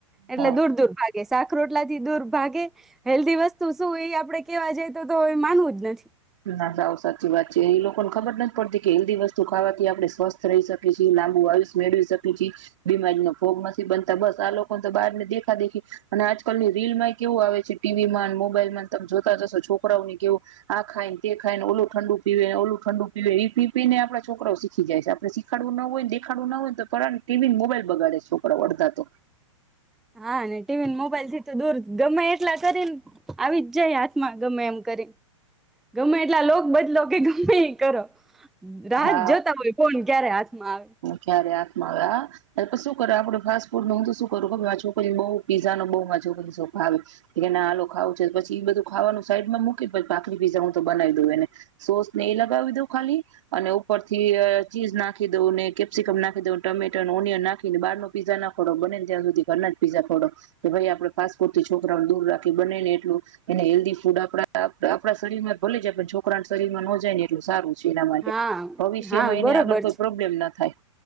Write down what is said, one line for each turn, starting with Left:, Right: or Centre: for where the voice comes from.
Centre: એટલે
Right: હા
Centre: દૂર દૂર ભાગે શાક રોટલા થી દૂર ભાગે હેલ્ધી વસ્તુ શું એ આપડે કેવા જાય તો તો એ માનવું જ નથી
Right: ના સાવ સાચી વાત છે એ લોકોને ખબર નથી પડતી કે હેલ્ધી વસ્તુ ખાવાથી આપણેે સ્વસ્થ રહી શકીએ છીએ લાંબુ આયુષ્ય મેળવી શકીએ છીએ બીમારીનો ભોગ નથી બનતા બસ આ લોકોને તો બહારને દેખા દેખી અને આજકાલની રીલ માં કેવું આવે છે ટીવી માં મોબાઈલમાં તમે જોતા જ હશો છોકરાઓને કેવું આ ખાઈતી એક ખાઇને ઓલુ ઠંડુ પીવે ઓલુ ઠંડુ પીવે એ પી પીને આપણા છોકરાઓ શીખીજાય છે આપણે શીખ કડવું ન હોય ને દેખાડું ન હોય તો પરાણે ટીવી ને મોબાઈલ બગાડે છે છોકરાઓ અડધા તો
Centre: હા ને ટીવી ને મો થી તો દૂર ગમે એટલા કરીને આવી જ જાય હાથમાં ગમે એમ કરી ગમે એટલા લોક બદલો કે ગમે એ કરો રાહત
Right: હા
Centre: જોતા હોય ફોન ક્યારે હાથમાં આવે
Right: ક્યારે હાથમાં આવે પણ તો શું કરે આપડો ખાસ પણ હું તો શું કરું કઉ મારી છોકરીઓ બઉ પીઝા નો બઉ મારી છોકરીઓ છે ભાવે તો કે ના આાલોખાવું છે તો પછી એ બધું ખાવાનું સાઈડમાં મૂકી પછી ભાખરી પીઝા હું તો બનાવી દઉં એને સોસ ને એ લગાવી દઉં ખાલી અને ઉપર થી ચીઝ નાખી દઉં ને કેપ્સિકમ નાખી દઉ ટમેટર અને ઓનિયન નાખી ને બારો પીઝા ના ખોડો બને ને ત્યાં સુધી ઘરના જ પીઝા ખોડો, કે ભાઈ આપણે ફાસ્ટ ફૂડ થી છોકરાઓું દૂર રાખી બને ને એટલું, એને હેલ્ધી ફૂડ આપ આપડા શરમાં જ ભલે જાય પણ છોકરાને શરીરમાં નો જાય ને એટલ સારું છે એના માટે.
Centre: હા
Right: ભવિષ્યમાં
Centre: હા બરોબર
Right: એને આગળ કોઈ
Centre: છે
Right: પ્રોબ્લેમના થાય.